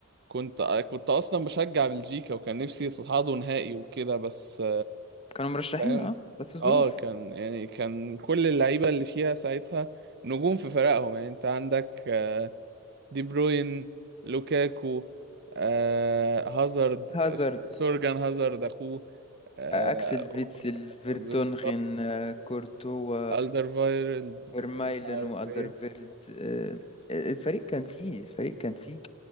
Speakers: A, on the right; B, on the left.
A: كنت كنت اصلا بشجع بلجيكا وكان نفسي يصعدوا نهائي وكده بس
B: كانوا مرشحين
A: فاهم
B: اه بس الظروف
A: اه كان يعني كان كل اللعيبه اللي فيها ساعتها نجوم في فرقهم يعني انت عندك آه، دي بروين لوكاكو آه، هازارد
B: هازارد
A: س- سورجان هازارد اخوه آه،
B: آه، اكسل فيتسل فيرتونغن
A: بالظبط
B: آه، كورتوا
A: ألدر فايرلد
B: فيرمايلن
A: مش عارف
B: والدرفيلد
A: ايه
B: آه، الفريق كان فيه الفريق كان فيه